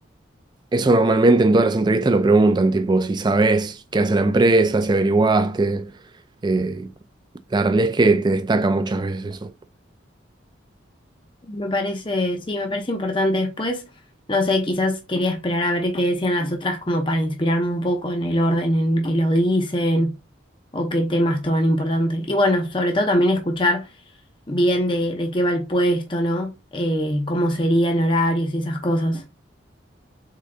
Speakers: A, on the right; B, on the left.
A: eso normalmente en todas las entrevistas lo preguntan, tipo, si sabes qué hace la empresa, si averiguaste. Eh, la realidad es que te destaca muchas veces eso.
B: Me parece, sí, me parece importante. Después, no sé, quizás quería esperar a ver qué decían las otras como para inspirarme un poco en el orden en que lo dicen o qué temas toman importante. Y bueno, sobre todo también escuchar bien de, de qué va el puesto, ¿no? Eh, cómo serían horarios y esas cosas.